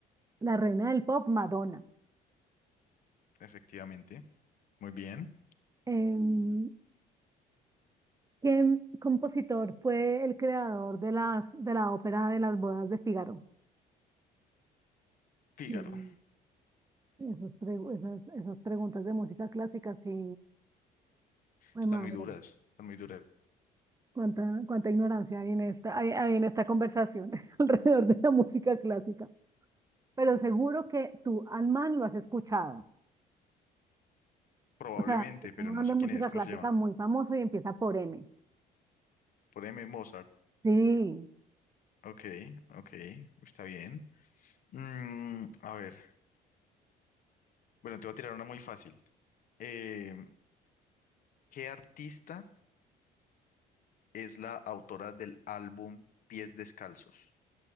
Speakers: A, on the right (about 20°); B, on the left (about 55°).
A: La reina del pop, Madonna.
B: Efectivamente. Muy bien.
A: Em, ¿Qué compositor fue el creador de las, de la ópera de las bodas de Fígaro?
B: Fígaro.
A: Mm, Esas, pregu- esas, esas preguntas de música clásica, sí. Ay,
B: Están
A: madre,
B: muy duras, están muy duras.
A: cuánta, cuánta ignorancia hay en esta, hay, hay en esta conversación <laughs> alrededor de la música clásica. Pero seguro que tú al man lo has escuchado.
B: Probablemente,
A: O sea, es
B: pero
A: un
B: no
A: man
B: sé
A: de música
B: quién es. ¿Cómo
A: clásica
B: se llama?
A: muy famoso y empieza por M.
B: Por M. Mozart.
A: Sí,
B: Ok, ok, está bien. Mm, a ver, bueno, te voy a tirar una muy fácil. Eh, ¿qué artista es la autora del álbum Pies Descalzos?